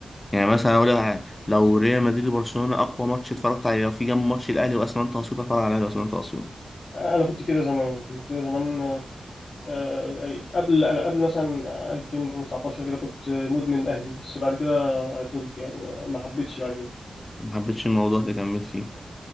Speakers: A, on the left (about 20°); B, on the left (about 45°).
A: يعني مثلا اقول لك حاجة، لو ريال مدريد وبرشلونه اقوى ماتش اتفرجت عليه في جنب ماتش الاهلي واسمنت اسيوط اتفرج على الاهلي واسمنت اسيوط
B: انا كنت كده زمان كنت كده زمان آه، آه، قبل قبل مثلا 2019 كده كنت مدمن اهلي بس بعد كده عطلت يعني ما ما حبيتش بعد كده
A: ما حبيتش الموضوع اللي كملت فيه